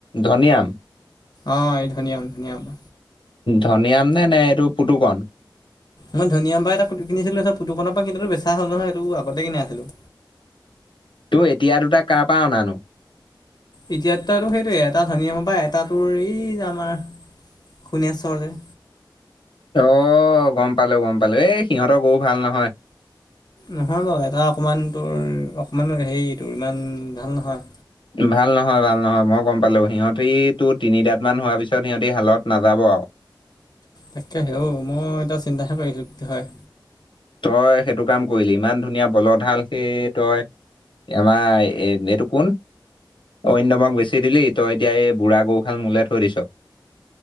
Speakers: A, on the left; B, on the left.
A: ধনীৰাম।
B: অ', এই ধনীৰাম ধুনীৰাম।
A: ধনীৰাম নে নে এইটো পুতুকণ?
B: মই ধনীৰাম পা এটা <unintelligible> কিছিলো পুকনৰ পৰা কিন্তু বেচা হ'ল নহয় এইটো আগতে কিনা আছিলো।
A: তোৰ এতিয়া দুটা কাৰ পৰা অনানো?
B: এতিয়া দুটাতো সেইটোয়ে এটা ধনীৰামৰ পা এটা তোৰ এই যে আমাৰ সুনেশ্বৰ যে।
A: অ', গম পালো গম পালো এই সিহঁতৰ গৰু ভাল নহয়।
B: নহয় বাৰু, এটা অকণমান তোৰ অকণমান হেৰিটোৰ ইমান ভাল নহয়।
A: ভাল নহয় ভাল নহয় মই গম পালো। সিহঁতি তোৰ তিনিদাঁত মান হোৱাৰ পিছত সিহঁতি হালত নাযাব আৰু।
B: তাকেহে ঔ মই এতিয়া চিন্তাহে কৰিছো কি হয়।
A: তই সেইটো কাম কৰিলি, ইমান ধুনীয়া বলধ হাল সেই তই আমাৰ এ এইটো কোন? অৰিন্দমক বেছি দিলি, তই এতিয়া এই বুঢ়া গৰু হাল মোলে থৈ দিছ।